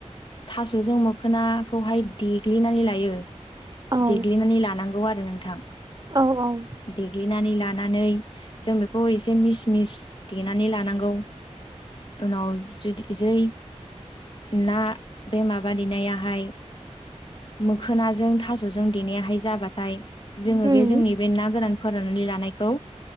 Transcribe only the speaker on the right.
औ
औ औ
उम